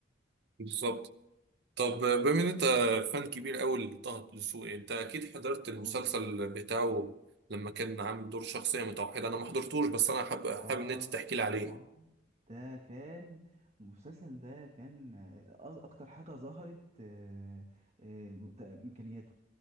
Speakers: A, on the right; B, on the right.
A: بالظبط طب بما ان انت فان كبير قوي لطه دسوقي انت اكيد حضرت المسلسل
B: قول
A: بتاعه لما كان عامل دور شخصيه متوحده انا ما حضرتوش بس انا حابب حابب
B: اه
A: ان انت تحكي لي عليه
B: طبعا ده كان المسلسل ده كان آه، اكتر حاجه ظهرت آه، آه، مت- امكانياته